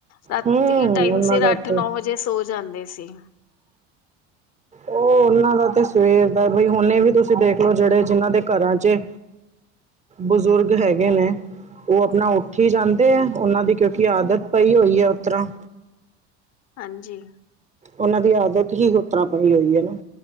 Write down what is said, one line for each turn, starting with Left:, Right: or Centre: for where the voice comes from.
Left: ਰਾਤੀ
Right: ਹੂੰ
Left: ਟਾਈਮ
Right: ਉਹਨਾਂ
Left: ਸਿਰ
Right: ਦਾ
Left: ਅੱਠ
Right: ਤੇ
Left: ਨੌ ਵਜੇ- ਜੇ ਸੋ ਜਾਂਦੇ ਸੀ।
Right: ਓ ਉਨਾਂ ਦਾ ਤੇ ਸਵੇਰ ਦਾ ਬਈ ਹੁਨੇ ਵੀ ਤੁਸੀਂ ਦੇਖਲੋ। ਜੇੜੇ ਜਿਨਾਂ ਦੇ ਘਰਾਂ' ਚ- ਬਜ਼ੁਰਗ ਹੈਗੇ ਨੇ। ਓ ਆਪਣਾ ਉੱਠ ਈ ਜਾਂਦੇ ਐ। ਉਨਾਂ ਦੀ ਕਿਉਂਕਿ ਆਦਤ ਪਈ ਹੋਈ ਐ ਓ ਤਰ੍ਹਾਂ।
Left: ਹਾਂਜੀ
Right: ਉਨਾਂ ਦੀ ਆਦਤ ਹੀ ਹੋ ਤਰ੍ਹਾਂ ਪਾਈ ਹੋਈ ਹੈ ਨਾ